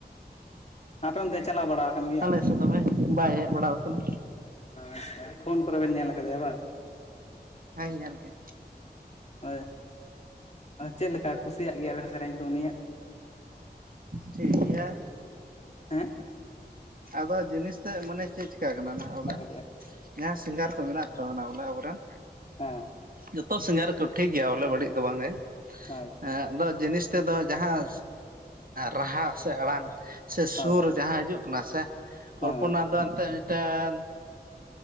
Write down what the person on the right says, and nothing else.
ᱟᱞᱮ ᱥᱮᱫ ᱫᱚ ᱵᱟᱭ ᱵᱟᱭ ᱦᱮᱡ ᱵᱟᱲᱟᱣ ᱟᱠᱟᱱᱟ
ᱦᱮᱸ ᱧᱮᱞ ᱠᱮ
ᱴᱷᱤᱜ ᱜᱮᱭᱟ
ᱟᱫᱚ ᱡᱤᱱᱤᱥ ᱛᱮᱜ ᱢᱟᱱᱮ ᱪᱮᱫ ᱪᱮᱠᱟᱜ ᱠᱟᱱᱟ ᱱᱟᱜ ᱵᱚᱞᱮ
ᱡᱟᱦᱟᱸᱭ ᱥᱤᱝᱜᱟᱨ ᱠᱚ ᱢᱮᱱᱟᱜ ᱠᱚ ᱛᱟᱵᱚᱱᱟ ᱵᱚᱞᱮ ᱟᱵᱚᱨᱮᱱ,
ᱡᱚᱛᱚ ᱥᱤᱸᱜᱟᱨ ᱠᱚ ᱴᱷᱤᱠ ᱜᱮᱭᱟ ᱵᱚᱞᱮ ᱵᱟᱹᱲᱤᱡ ᱫᱚ ᱵᱟᱝ ᱜᱮ
ᱮ ᱟᱫᱚ ᱡᱤᱱᱤᱥ ᱛᱮᱫᱚ ᱡᱟᱦᱟᱸ ᱨᱟᱦᱟ ᱥᱮ ᱟᱲᱟᱝ ᱥᱮ
ᱥᱩᱨ ᱡᱟᱦᱟᱸ ᱦᱤᱡᱩᱜ ᱠᱟᱱᱟ ᱥᱮ
ᱠᱚᱞᱯᱚᱱᱟ ᱫᱚ ᱮᱱᱛᱮᱫ ᱢᱤᱫᱴᱮᱱ